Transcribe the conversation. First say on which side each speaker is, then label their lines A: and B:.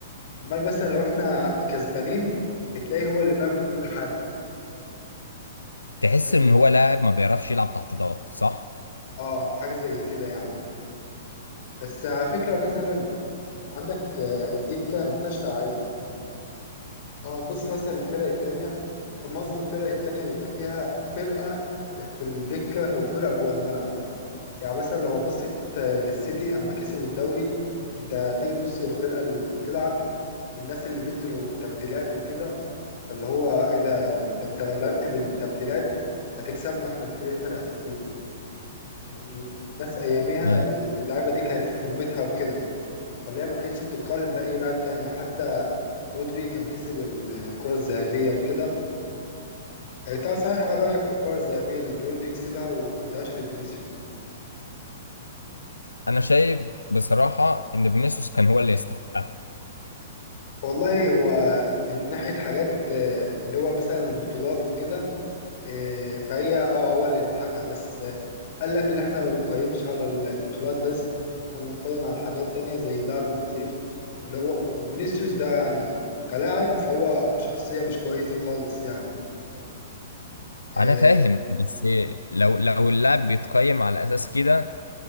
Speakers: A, on the left; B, on the left.
A: امال مثلا لو احنا كسبانين بتلاقيه هو اللي بيعمل كل حاجة
B: تحس
A: اه
B: ان هو لاعب ما بيعرفش يلعب تحت ضغط صح
A: آه، حاجة زي كده يعني بس على فكرة مثلا عندك آه، الدكة ما فيهاش لعيبة لو هتبص مثلا للفرق التانية فمعظم الفرق التانية بيبقى فيها فرقة في الدكة وفرقة جوه الملعب يعني مثلا لو بصيت للسيتي اما كسبوا الدوري انت تيجي تبص للفرقه اللي بتلعب والناس اللي بينزلوا تبديلات وكده فاللي هو ايه ده يعني ده انت لو لعبت بالتبديلات هتكسبنا واحنا بفرقتنا الاساسيه ان الناس اياميها
B: ما-
A: اللعيبه دي كانت في فورمتها وكده فاللي هي ما كانتش بتتقارن باي لاعب تاني حتى رودري كان كسب الكره الذهبيه وكده انت صحيح ايه رايك في الكره الذهبيه اللي رودري كسبها وما ادهاش لفينيسيوس
B: انا شايف بصراحة ان فينيسيوس كان هو اللي يستحقها
A: والله هو من ناحية حاجات آه، اللي هو مثلا البطولات وكده آه، فهي اه هو اللي يستحقها بس آه، قال لك اللي احنا ما بنقيمش على البطولات بس احنا بنقيم على حاجات تانية زي اللعب النظيف اللي هو وفينيسيوس ده يعني كلاعب فهو شخصية مش كويسة خالص يعني اه
B: انا فاهم بس لو لو اللاعب بيتقيم على اساس كده